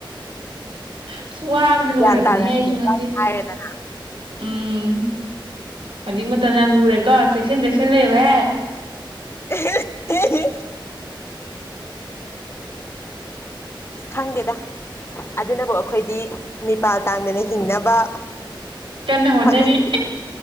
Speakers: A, on the right; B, on the left.
A: ꯑꯁ ꯋꯥꯕꯅ ꯂꯣꯏꯔꯕꯅꯦꯍ
B: ꯒ꯭ꯌꯥꯟ ꯇꯥꯅꯕꯤꯗ
A: ꯑꯩꯁꯨ ꯉꯁꯤ
B: ꯏꯕꯥꯅꯤ ꯍꯥꯏꯔꯦꯗꯅ
A: ꯎꯝ ꯍꯧꯖꯤꯛ ꯃꯇꯝ ꯌꯥꯝ ꯂꯨꯔꯦꯀꯣ ꯆꯦꯛꯁꯤꯟ ꯆꯦꯛꯁꯤꯟ ꯂꯩꯌꯍꯦ
B: ꯍ ꯍ ꯈꯪꯗꯦꯗ ꯑꯗꯨꯅꯕꯨ ꯑꯩꯈꯣꯏꯗꯤ ꯃꯤꯄꯥꯜ ꯇꯥꯡꯗꯅ ꯍꯤꯡꯅꯕ
A: ꯀꯟꯅ ꯍꯣꯠꯅꯔꯤ
B: ꯍꯣꯠꯅꯦ